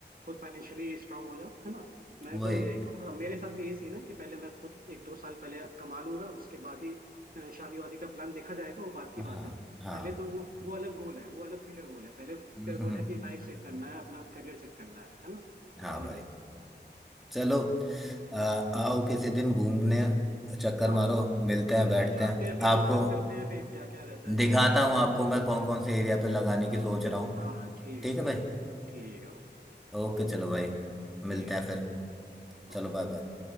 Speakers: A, on the right; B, in the centre.
A: खुद फाइनेंशियली स्ट्रांग हो जाओ है ना मैं
B: वही
A: तो यही कहूँगा मेरे साथ भी यही सीन है कि पहले मैं खुद एक दो साल पहले कमा लूंगा उसके बाद ही अ, शादी वादी का प्लान देखा जाएगा वो बात की
B: हाँ
A: बात है
B: हाँ
A: पहले तो वो वो अलग गोल है वो अलग फ्यूचर गोल है पहले फ्यूचर
B: हम्म, हम्म,
A: गोल
B: हम्म।
A: है कि लाइफ सेट करना है अपना करियर सेट करना है है ना
B: हाँ
A: पहले
B: भाई
A: ये
B: चलो आ, आओ किसी दिन घूमने चक्कर
A: हाँ
B: मारो मिलते
A: ठीक
B: हैं बैठते
A: है भाई आते
B: हैं
A: हैं फिर
B: आपको
A: डिस्कस करते हैं फिर क्या क्या रहता है
B: दिखाता
A: जैसा हो,
B: हूँ
A: है
B: आपको मैं कौन कौन से एरिया पे लगाने
A: ना?
B: की सोच रहा हूँ
A: हाँ ठीक
B: ठीक
A: है भाई
B: है भाई
A: ठीक है
B: ओके चलो भाई मिलते
A: ठीक है
B: हैं
A: भाई
B: फिर चलो
A: ओके।
B: बाय बाय